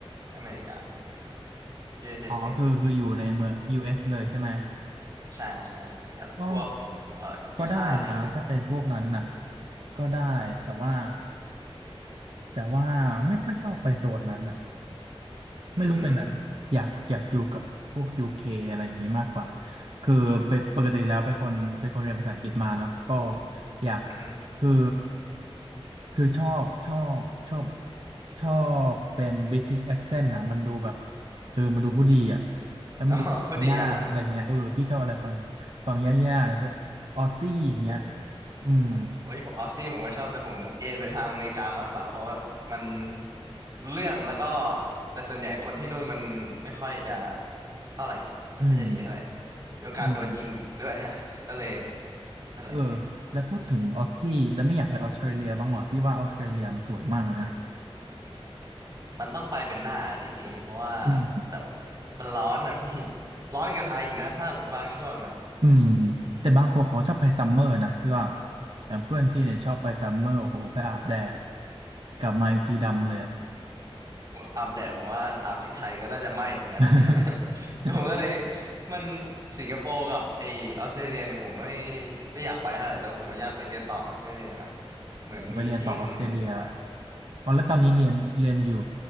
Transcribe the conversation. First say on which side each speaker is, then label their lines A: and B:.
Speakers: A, on the right; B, on the right.
A: อเมริกา United
B: อ๋อคือคืออยู่ในเมือง
A: States
B: US เอสเลยใช่ไหม
A: ใช่ใช่แบบพวกเอ่อยูทาห์อะไรอย่างงี้
B: ก็ก็ได้นะถ้าเป็นพวกนั้นน่ะก็ได้แต่ว่าแต่ว่าไม่ค่อยชอบไปโซนนั้นน่ะ
A: อืม
B: ไม่รู้เป็นไรอยากอยากอยู่กับพวกยูเคอะไรอย่างเงี้ยมากกว่าคือเป็นปกติแล้วเป็นคนเป็นคนเรียนภาษาอังกฤษมาเนาะก็อยาก
A: อือฮึ <laughs>
B: คือคือชอบชอบชอบชอบเป็น British accent นะมันดูแบบเออมันดูผู้ดีอ่ะแล้วมันดูฟังยากอะไรเงี้ยเออพี่ชอบอะไรฟัง
A: อ๋อพอดีอะฮะ
B: ฟังยากๆออสซี่อย่างเงี้ย
A: ผม
B: อืม
A: โอ้ยผมออสซี่ผมก็ชอบแต่ผมเอนไปทางอเมริกามากกว่าเพราะว่ามันรู้เรื่องแล้วก็แต่ส่วนใหญ่คนที่นู่นมันไม่ค่อยจะเท่าไหร่ไม่ค่อยจะดีเท่าไหร่
B: อืม
A: มีโอกาสโดนยิงด้วยฮะ
B: อืม
A: <laughs> ก็เลยนั่นแหละ
B: เออแล้วพูดถึงออสซี่แล้วไม่อยากไปออสเตรเลียบ้างเหรอพี่ว่าออสเตรเลียมันสวยมากเลยนะ
A: มันต้องไปเป็นหน้าดิพี่เพราะว่า
B: อืม
A: แบบมันร้อนนะพี่ร้อนกว่าไทยอีกนะถ้าหมดบางช่วง
B: อืมแต่บางคนเขาชอบไปซัมเมอร์นะพี่ว่าอย่างเพื่อนพี่เนี่ยชอบไปซัมเมอร์โอ้โหไปอาบแดดกลับมาอีกทีดำเลยอะ
A: อาบแดดผมว่าอาบที่ไทยก็น่าจะไหม้เหมือนกันนะ
B: <laughs>
A: <laughs> ผมก็เลยมันสิงคโปร์กับไอออสเตรเลียเนี่ยผมไม่ได้อยากไปเท่าไหร่แต่ผมผมอยากไปเรียนต่อออสเตรเลียนะเหมือนมีพี่คนหนึ่งไป
B: อยากไปเรียนต่อออสเตรเลียอ๋อแล้วตอนนี้เรียนเรียนอยู่
A: ใช่